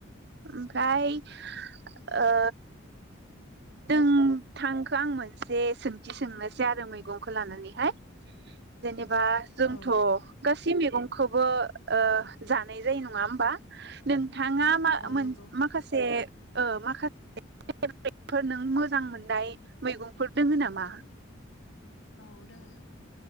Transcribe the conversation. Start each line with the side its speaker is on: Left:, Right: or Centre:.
Right: ओमफ्राय
Left: औ
Right: ओ दों थांखो आं मोनसे सोंथि सोंनोसै आरो मैगंखौ लानानैहाय जेनेबा जों
Left: औ
Right: थ गसि मेगं खौबो ओ जानाय जायो नङा होमबा नोंथाङा म मोन
Left: नंगौ
Right: माखासे ओ माखासे फोर नों मोजां मोननाय मैगंफोर दङ नामा
Left: औ दोङो